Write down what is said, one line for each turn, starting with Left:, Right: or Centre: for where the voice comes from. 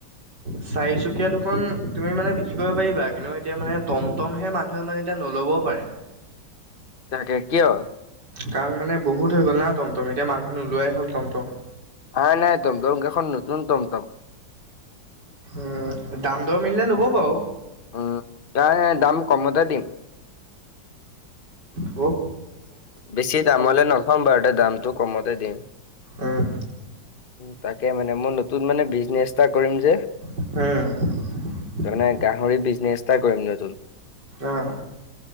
Right: চাৰিচুকীয়া দুখন তুমি মানে বিক্ৰী কৰিব পাৰিবা কিন্তু এতিয়া মানে টমটমহে মানুহে মানে এতিয়া নল ল'ব পাৰে
Left: তাকে কিয়?
Right: কাৰণ মানে বহুত হৈ গ'ল না টমটম এতিয়া মানুহে নোলোৱাই হ'ল টমটম।
Left: নাই নাই টমটম কেইখন নতুন টমটম
Right: উম দাম দৰ মিলিলে ল'ব বাৰু
Left: উম তাই দাম কমতে দিম।
Right: অ।
Left: বেছি দামলৈ নথম বাৰুতে দামটো কমতে দিম।
Right: উম,
Left: উ তাকে মানে মই নতুন মানে বিজনেচ এটা কৰিম যে।
Right: উম
Left: মানে গাহৰি বিজনেছ এটা কৰিম নতুন
Right: অ',